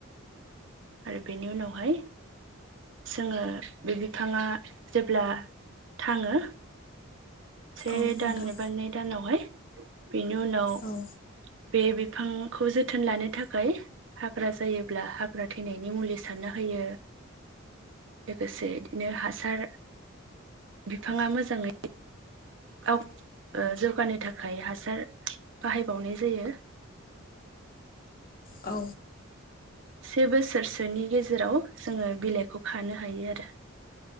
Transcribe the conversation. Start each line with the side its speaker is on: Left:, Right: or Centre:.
Right: आरो बेनि उनावहाय जोङो बे बिफाङा जेब्ला थाङो से
Left: औ नोंथां
Right: दान एबा नै दानावहाय बेनि उनाव
Left: औ
Right: बे बिफांखौ जोथोन लानो थाखाय हाग्रा जायोब्ला हाग्रा थैनायनि मुलि सारना होयो लोगोसे इदिनो हासार बिफाङा मोजाङै गाव ओ जौगानो थाखाय हासार बाहायबावनाय जायो।
Left: औ
Right: से बोसोरसोनि गेजेराव जोङो बिलाइखौ खानो हायो आरो।